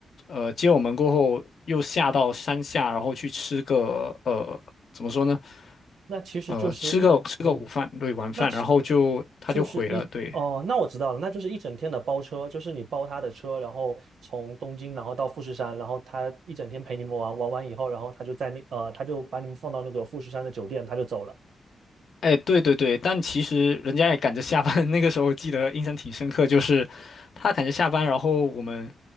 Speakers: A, on the left; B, on the right.
A: 呃接我们过后又下到山下，然后去吃个呃怎么说呢？
B: 那其实就是一，
A: 呃，吃个吃个午饭，
B: 嗯，
A: 对，晚饭，
B: 那其
A: 然后就他就毁了，
B: 就是一，
A: 对。
B: 哦，那我知道了，那就是一整天的包车，就是你包他的车，然后从东京，然后到富士山，然后他一整天陪你们玩，玩完以后，然后他就在那，呃，他就把你们放到那个富士山的酒店，他就走了。
A: 哎，对对对，但其实人家也赶着下班，<laughs> 那个时候我记得印象挺深刻，就是他赶着下班，然后我们，